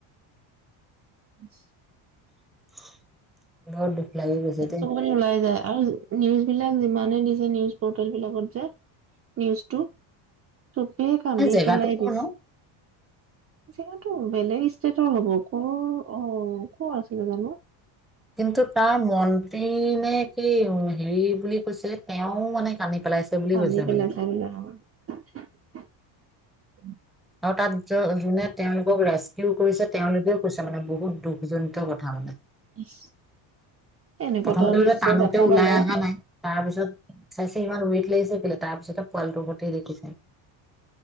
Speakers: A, on the right; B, in the centre.
A: <unintelligible>
B: <unintelligible> লাগি গৈছে দেই
A: চকুপানী ওলাই যায়, আৰু নিউজ বিলাক যিমানে দি নিউজ পৰ্টেলবিলাকত যে, নিউজটো চবে কান্দি
B: এই জেগাটো
A: পেলাই
B: কৰ
A: দিছে।
B: ন
A: যিমান টো বেলেগ ষ্টেটৰ হ'ব, ক' অ' ক'ৰ আছিলে জানো।
B: কিন্তু তাৰ মন্ত্ৰী নে কি, হেৰি বুলি কৈছে, তেওঁ মানে কান্দি পেলাইছে বুলি
A: পানী
B: কৈছে
A: পেলাই
B: মানে।
A: <unintelligible> <unintelligible>
B: আৰু তাত য-যোনে তেওঁলোকক ৰেস্কিউ কৰিছে তেওঁলোকেও কৈছে মানে, বহুত দুখজনিত কথা মানে।
A: ইচ এনেকুৱা
B: প্ৰথমতে
A: এটা দৃশ্য
B: বোলে টানোতে
A: দেখা
B: ওলাই
A: পালে
B: অহা নাই, তাৰপিছত চাইছে ইমান ৱেইট লাগিছে কে'লে, তাৰ পিছতহে পোৱালিটো স'তে দেখিছে।